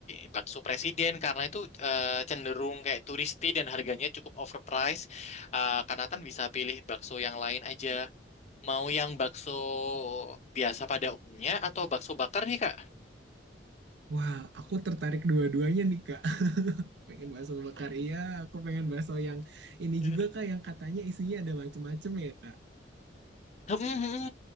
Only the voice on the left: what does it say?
bakso presiden karena itu eh, cenderung kayak turisti dan harganya cukup overpriced. Eh, Kak Nathan bisa pilih bakso yang lain aja. Mau yang bakso biasa pada umumnya atau bakso bakar nih Kak?
<laughs>
Hmm, hmm, hmm.